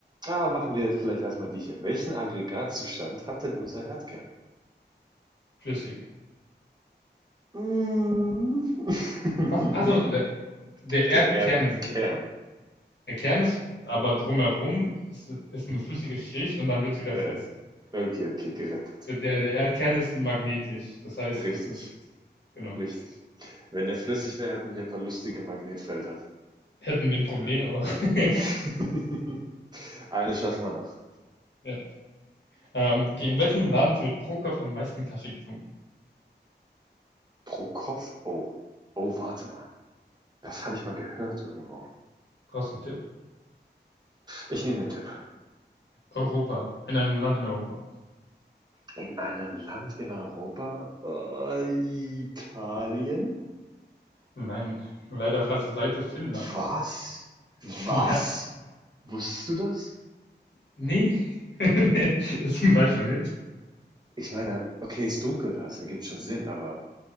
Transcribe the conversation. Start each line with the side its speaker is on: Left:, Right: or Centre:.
Right: Ah, machen wir vielleicht erstmal die hier. Welchen Aggregatzustand hat denn unser Erdkern?
Left: Flüssig.
Right: Mm. <laughs>
Left: Achso, der, der Erdkern
Right: Der Erdkern.
Left: Der Kern ist fest, aber drumherum ist, ist eine flüssige Schicht und dann wird es wieder
Right: Äh,
Left: fest.
Right: okay, okay, gerettet.
Left: Der, der Erdkern ist magnetisch, das heißt,
Right: Richtig,
Left: das ist, genau,
Right: richtig. Wenn der flüssig wäre, hätten wir ein paar lustige Magnetfelder.
Left: hätten wir ein Problem auch. <laughs>
Right: <laughs> Eine schaffen wir noch.
Left: ja. ähm, okay, in welchem Land wird pro Kopf am meisten Kaffee getrunken?
Right: Pro Kopf. Oh. Oh, warte mal. Das habe ich mal gehört irgendwo.
Left: Brauchst du einen Tipp?
Right: Ich nehme den Tipp.
Left: Europa, in einem Land in Europa.
Right: In einem Land in Europa? Äh, Italien?
Left: Nein, leider falsche Seite, Finnland.
Right: Was?
Left: <laughs>
Right: Was?
Left: Ja,
Right: Wusstest du das?
Left: nee, <laughs> Das war ich verwirrt.
Right: Ich meine, okay, ist dunkel da, das ergibt schon Sinn, aber